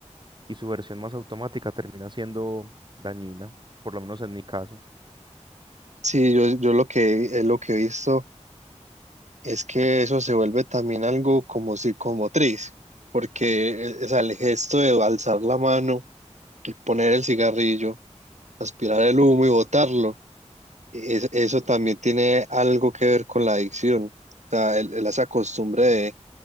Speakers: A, on the right; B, on the right.
A: y su versión más automática termina siendo dañina, por lo menos en mi caso.
B: Sí, yo, yo lo que, eh, lo que he visto es que eso se vuelve también algo como psicomotriz, porque eh, o sea, el gesto de alzar la mano el poner el cigarrillo, aspirar el humo y botarlo, es- eso también tiene algo que ver con la adicción. O sea, el- el- esa costumbre de,